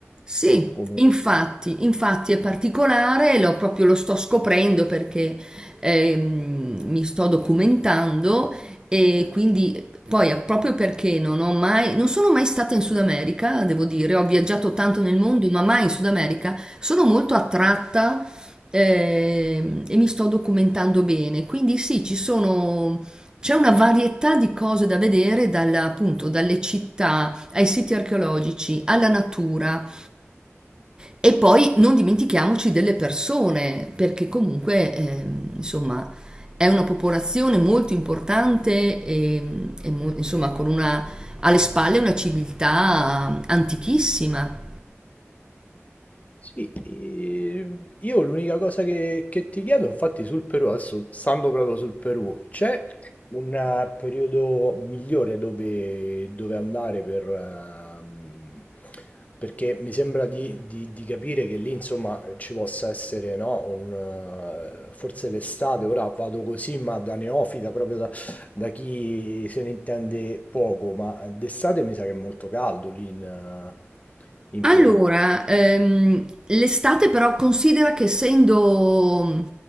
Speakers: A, on the right; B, on the left.
A: Sì,
B: come...
A: infatti, infatti è particolare, lo, proprio lo sto scoprendo perché ehm, mi sto documentando e quindi poi eh, proprio perché non ho mai, non sono mai stata in Sud America, devo dire, ho viaggiato tanto nel mondo, ma mai in Sud America, sono molto attratta ehm, e mi sto documentando bene. Quindi sì, ci sono, c'è una varietà di cose da vedere, dalla, appunto, dalle città ai siti archeologici, alla natura e poi non dimentichiamoci delle persone, perché comunque, ehm, insomma, è una popolazione molto importante e, e mo- insomma, con una, alle spalle una civiltà antichissima.
B: Sì, ehm, io l'unica cosa che, che ti chiedo, infatti, sul Perù, adesso stando proprio sul Perù, c'è un eh, periodo migliore dove, dove andare per, ehm, perché mi sembra di, di- di capire che lì, insomma, ci possa essere, no, un, eh, forse l'estate, ora vado così, ma da neofita, proprio da, da chi se ne intende poco, ma d'estate mi sa che è molto caldo lì in, eh, in
A: Allora,
B: Perù,
A: ehm, l'estate però considera che essendo